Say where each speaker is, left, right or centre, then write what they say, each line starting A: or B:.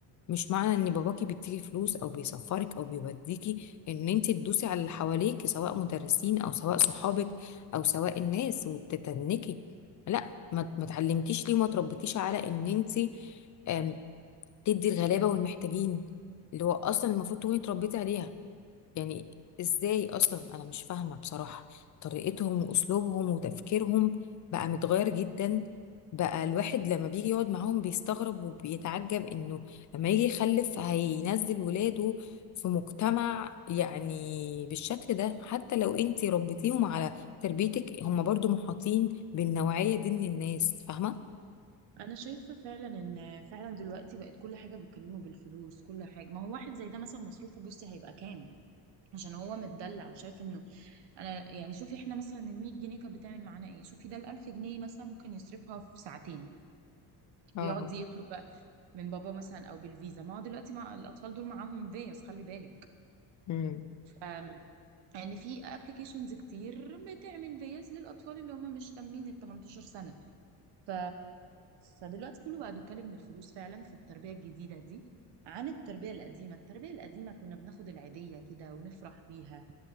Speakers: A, on the left; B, on the right.
A: مش معنى ان باباكي بيديكي فلوس او بيسفرك او بيوديكي ان انت تدوسي على اللي حواليك سواء مدرسين او سواء صحابك او سواء الناس وتتنكي لا ما ما اتعلمتيش ليه وما تربيتيش على ان انت آم، تدي الغلابه والمحتاجين اللي هو اصلا المفروض تكوني اتربيتي عليها يعني ازاي اصلا انا مش فاهمه بصراحه طريقتهم واسلوبهم وتفكيرهم بقى متغير جدا بقى الواحد لما بيجي يقعد معاهم بيستغرب وبيتعجب انه لما يجي يخلف هينزل ولاده في مجتمع يعني بالشكل ده حتى لو انتي ربيتيهم على تربيتك هم برضو محاطين بالنوعيه دي من الناس فاهمه
B: انا شايفة فعلا ان فعلا دلوقتي بقت كل حاجة بيتكلموا بالفلوس كل حاجة ما هو واحد زي ده مثلا مصروفه بصي هيبقى كام عشان هو متدلع وشايف انه انا يعني شوفي احنا مثلا ال 100 جنيه كانت بتعمل معانا ايه شوفي ده ال 1000 جنيه مثلا ممكن يصرفها في ساعتين
A: اه
B: ويقعد يطلب بقى من بابا مثلا او بالفيزا ما هو دلوقتي مع الاطفال دول معاهم فيز خلي بالك
A: امم
B: ف- ان في ابلكيشنز كتير بتعمل فيز للاطفال اللي هم مش تامين ال 18 سنه ف... فدلوقتي كله بقى بيتكلم بالفلوس فعلا في التربية الجديدة دي عن التربية القديمة التربية القديمة كنا بناخد العيدية كده ونفرح بيها